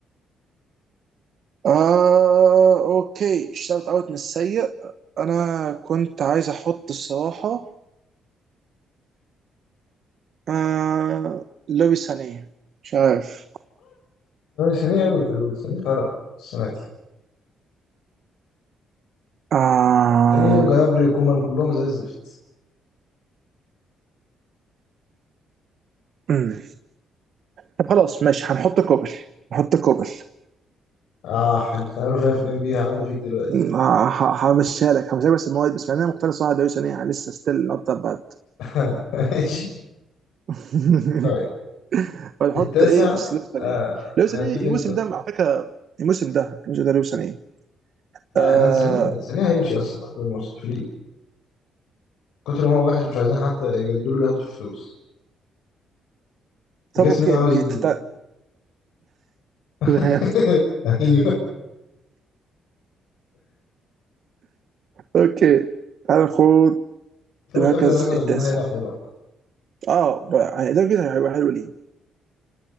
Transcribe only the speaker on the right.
آه أوكي شوت أوت من السيء أنا كنت عايز أحط الصراحة آه لويس سانيه مش عارف
<laughs> آه
مم. طب خلاص ماشي هنحط كوبل نحط كوبل
مم، ه- ه- همشيها لك همشيها بس المواد بس انا مقتنع صراحه لو يعني لسه ستيل نوت ذات باد
<laughs>
فنحط
ايه سلوسن
ايه لوسن
ايه الموسم
ده على فكره الموسم ده الموسم ده لوسن ايه
آه
طب
اوكي
اوكي
تتا...
<laughs>
اوكي تعال ناخد
المركز
التاسع
اه بقى يعني ده كده هيبقى حلو ليه